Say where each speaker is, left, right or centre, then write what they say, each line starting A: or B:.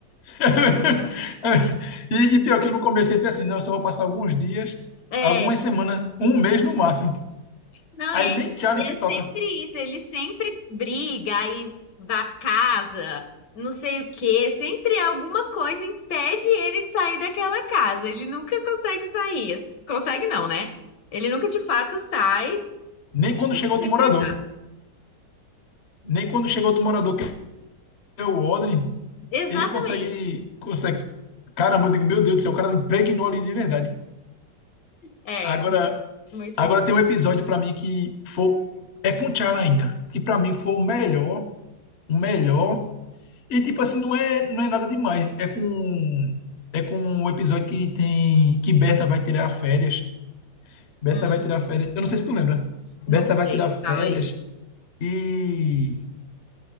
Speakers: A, on the left; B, on the left.
A: <laughs> E, e pior que no começo ele fez assim, não, eu só vou passar alguns dias,
B: É.
A: algumas semanas, um mês no máximo.
B: Não,
A: Aí
B: e
A: nem Charlie
B: é, e
A: se
B: é
A: toca.
B: sempre isso. Ele sempre briga, aí va- casa, não sei o quê. Sempre alguma coisa impede ele de sair daquela casa. Ele nunca consegue sair. Consegue não, né? Ele nunca de fato sai. É
A: Nem quando
B: tudo
A: chega outro
B: sempre
A: morador.
B: errado.
A: Nem quando chega outro morador que é o Odin,
B: Exatamente.
A: ele consegue, consegue. Caramba, eu digo, meu Deus do céu, o cara impregnou ali de verdade.
B: É,
A: Agora,
B: muito
A: agora
B: bom.
A: tem um episódio para mim que foi, é com o T'Challa ainda, que para mim foi o melhor, o melhor. E tipo assim, não é, não é nada demais. É com é com um episódio que tem que Berta vai tirar férias. Berta
B: Hum,
A: vai tirar férias. Eu não sei se tu lembra.
B: não
A: Berta
B: sei,
A: vai tirar férias
B: fala aí.
A: e